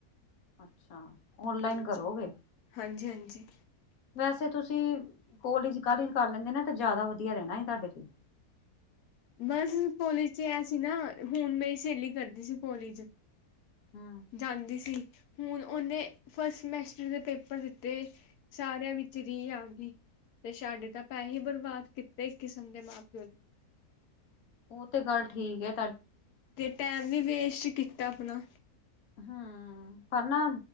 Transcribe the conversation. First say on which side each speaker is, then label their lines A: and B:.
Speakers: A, on the left; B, on the left.
A: ਅੱਛਾ ਓਨਲਾਈਨ
B: ਹਾਂਜੀ,
A: ਕਰੋਗੇ।
B: ਹਾਂਜੀ-ਹਾਂਜੀ।
A: ਵੈਸੇ ਤੁਸੀਂ ਕੋਲੀਜ ਕਾਲੇਜ ਕਰ ਲੈਂਦੇ ਨਾ ਤੇ ਜ਼ਿਆਦਾ ਵਧੀਆ ਰਹਿਣਾ ਇ ਤਾਡੇ ਲਈ।
B: ਬਸ ਕੋਲੇਜ 'ਚ ਇਹ ਸੀ ਨਾ, ਹੁਣ ਮੇਰੀ ਸਹੇਲੀ ਕਰਦੀ ਸੀ ਕਾਲਿਜ
A: ਹਮ
B: ਜਾਂਦੀ ਸੀ। ਹੁਣ ਉਹਨੇ ਫਸਟ ਸਮੈਸਟਰ ਦੇ ਪੇਪਰ ਦਿੱਤੇ। ਸਾਰਿਆਂ ਵਿਚ ਰਿ ਆ ਗਈ। ਤੇ ਸ਼ਾਡੇ ਤਾਂ ਪੈਸੇ ਬਰਬਾਦ ਕੀਤੇ ਇੱਕ ਕਿਸਮ ਦੇ ਮਾਂ ਪਿਓ ਦੇ
A: ਉਹ ਤੇ ਗੱਲ ਠੀਕ ਏ।
B: ਤੇ ਟੈਮ ਵੀ ਵੇਸਟ ਕੀ ਤਾ ਅਪਣਾ
A: ਹੂੰ ਪਰ ਨਾ